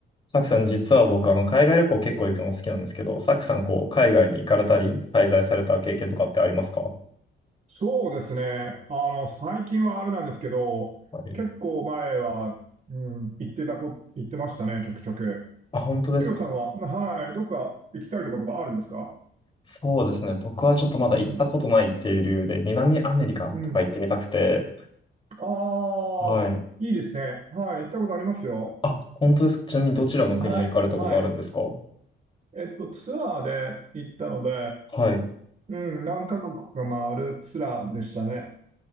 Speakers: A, on the left (about 25°); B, on the right (about 35°).
A: サクさん、実は僕、あの、海外旅行結構行くの好きなんですけど、サクさん、こう、海外に行かれたり、滞在された経験とかってありますか
B: そうですね。あの、最近はあれなんですけど、
A: はい。
B: 結構前は、うん、行ってたこ、行ってましたね、ちょくちょく。
A: あ、本当ですか。
B: ヒロさんは、はい、どっか行きたいところがあるんですか
A: そうですね。僕はちょっとまだ行ったことないっていう理由で、
B: うん、
A: 南アメリカとか行ってみたくて。
B: うん。ああ、
A: はい。
B: いいですね。はい、行ったことありますよ。
A: あ、本当ですか。ちなみにどちらの国に行かれたことあるんですか
B: はい、はい。えっと、ツアーで行ったので、
A: はい。
B: うん、何カ国か回るツアーでしたね。